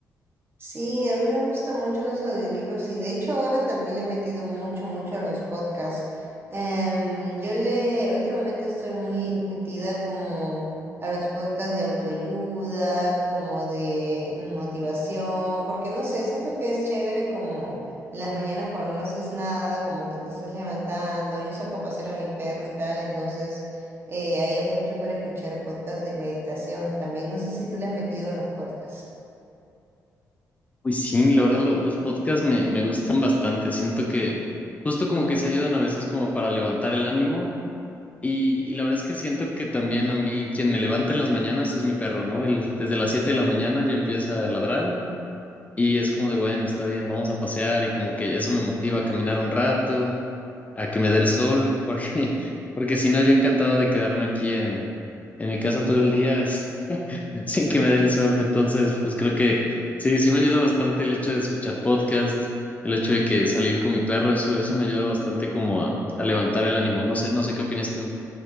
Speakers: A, on the right (about 35°); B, on the left (about 20°).
A: Sí, a mí me gustan mucho los audiolibros y de hecho ahora también le he metido mucho, mucho a los podcasts. Em, yo le, últimamente estoy muy metida como a los podcasts de autoayuda, como de motivación, porque no sé, siento que es chévere como en las mañanas cuando no haces nada, como que te estás levantando, yo saco a pasear a mi perro y tal, entonces eh, ahí aprovecho para escuchar podcasts de meditación también. No sé si tú le has metido a los podcasts.
B: Pues sí, la verdad, lo- los podcasts me, me gustan bastante. Siento que justo como que se ayudan a veces como para levantar el ánimo Y, y la verdad es que siento que también a mí quien me levanta en las mañanas es mi perro, ¿no? Él desde las 7 de la mañana ya empieza a ladrar y es como de, bueno, está bien, vamos a pasear y como que eso me motiva a caminar un rato, a que me dé el sol, <laughs> porque, porque si no, yo encantado de quedarme aquí en, en mi casa todo el día <laughs> sin que me dé el sol. Entonces, pues creo que sí, sí me ayuda bastante el hecho de escuchar podcast, el hecho de que salir con mi perro, eso, eso me ayuda bastante como a, a levantar el ánimo. No sé, no sé qué opinas tú.